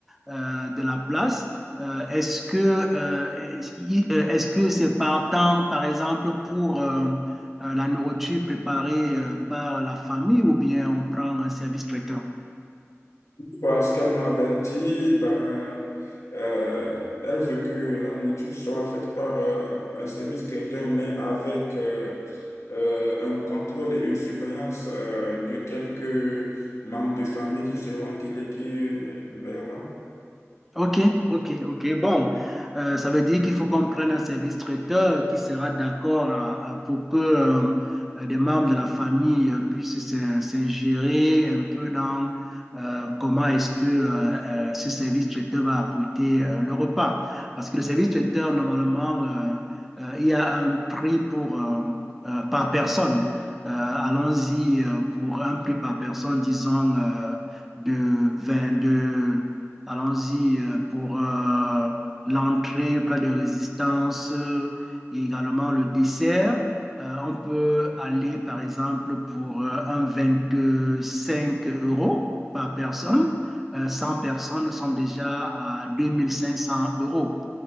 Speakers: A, in the centre; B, on the left.
A: euh, de la place, euh, est-ce que euh, i- euh, est-ce que c'est par temps, par exemple, pour euh, euh, la nourriture préparée euh, par la famille ou bien on prend un service traiteur?
B: Bah, ce qu'elle m'avait dit, bah, euh, elle veut que la nourriture soit faite par euh, un service traiteur, mais avec euh, euh, un contrôle et une surveillance euh, de quelques membres de famille qui seront délégués euh, vers là.
A: OK, OK, OK. Bon, euh, ça veut dire qu'il faut qu'on prenne un service traiteur qui sera d'accord à- à- pour que euh, euh, des membres de la famille euh, puissent s'in- s'ingérer un peu dans euh, comment est-ce que euh, euh, ce service traiteur va apprêter euh, le repas. Parce que le service traiteur, normalement, euh, euh, il y a un prix pour, euh, euh, par personne. Euh, allons-y euh, pour un prix par personne, disons, euh, de 22. Allons-y euh, pour euh, l'entrée, plat de résistance euh, et également le dessert. Euh, on peut aller, par exemple, pour euh, un cinq euros par personne. Euh, 100 personnes, nous sommes déjà à 2500 euros.